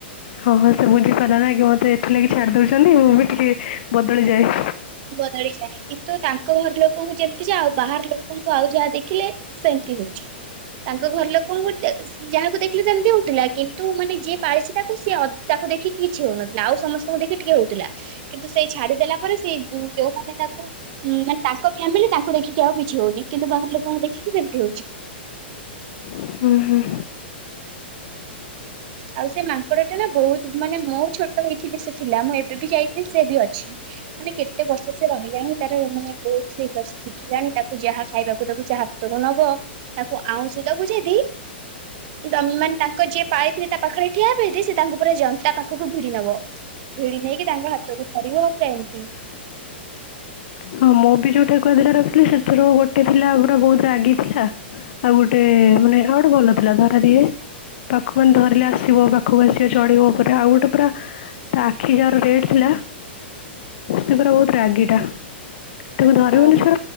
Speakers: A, on the left; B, on the right.
A: ହଁ-ହଁ ସେ ବୁଝିପାରିଲା ନା କି ମତେ ଏଥିଲାଗି ଛାଡି ଦଉଛନ୍ତି ମୁଁ ବି ଟିକେ ବଦଳିଯାଏ।
B: ବଦଳିଯାଏ କିନ୍ତୁ ତାଙ୍କ ଘର ଲୋକଙ୍କୁ ଯେମିତି ଯା ଆଉ ବାହାର ଲୋକଙ୍କୁ ଆଉ ଯାହା ଦେଖିଲେ ସେମତି ହେଉଛି। ତାଙ୍କ ଘର ଲୋକ ଯାହାକୁ ଦେଖିଲେ ତାଙ୍କୁ ଦେଉଥିଲା କିନ୍ତୁ ମାନେ ଯିଏ ପାଳିଛି ତାକୁ ସିଏ ତା ଦେଖିକି କିଛି ହଉନଥିଲା ଆଉ ସମସ୍ତଙ୍କୁ ଦେଖି ଟିକେ ହଉଥିଲା କିନ୍ତୁ ସେଇ ଛାଡି ଦେଲା ପରେ ସେଇ ଉଁ ଯୋଉମାନେ ତାଙ୍କୁ ମାନେ ତାଙ୍କ ଫ୍ୟାମିଲି ତାଙ୍କୁ ଦେଖିକି ଆଉ କିଛି ହଉନି କିନ୍ତୁ ବାହାର ଲୋକଙ୍କୁ ଦେଖିକି ସେମିତି ହଉଛି। ଜ
A: ହୁଁ-ହୁଁ।
B: ଆଉ ସେ ମାଙ୍କଡ ଟା ନା ବହୁତ ମାନେ ମୁଁ ଛୋଟ ହେଇଥିଲି ସେ ଥିଲା ମୁଁ ଏବେ ବି ଯାଇଥିଲି ସେ ବି ଅଛି। ମାନେ କେତେ ବର୍ଷ ସେ ରହିଲାଣି ତାର ମାନେ ବହୁତ ସେ ଶିଖିଲାଣି ତାକୁ ଯାହା ଖାଇବାକୁ ତାକୁ ଯାହା ତରୁ ନବ ତାକୁ ଆଉଁସି ଦବୁ ଯଦି ତ ମାନେ ତାଙ୍କ ଯିଏ ପାଳି ତା ପାଖରେ ଠିଆ ହେବେ ଯେ ତାଙ୍କୁ ପୁରା ଜନ୍ତା ପାଖକୁ ଭିଡି ନବ ଭିଡି ନେଇକି ତାଙ୍କ ହାତକୁ ଧାରିବ ପୁରା ଏମିତି।
A: ହଁ ମୁଁ ବି ଯୋଉ ଠେକୁର ଦିଟା ରଖଥିଲି ସେଥିରୁ ଗୋଟେ ଥିଲା ପୁରା ବହୁତ ରାଗି ଥିଲା ଆଉ ଗୋଟେ ମାନେ ଆଉ ଗୋଟେ ଭଲ ଥିଲା ଧରା ଦିଏ। ପାଖ ମାନେ ଧରିଲେ ଆସିବ ପାଖକୁ ଆସିବ ଚଢିବ ଉପରେ ଆଉ ଗୋଟେ ପୁରା ତା ଆଖି ଯାହାର ରେଟ ଥିଲା ସେ ପୁରା ବହୁତ ରାଗିଟା ତାକୁ ଧରିବନି
B: ଓହୋ
A: ସେ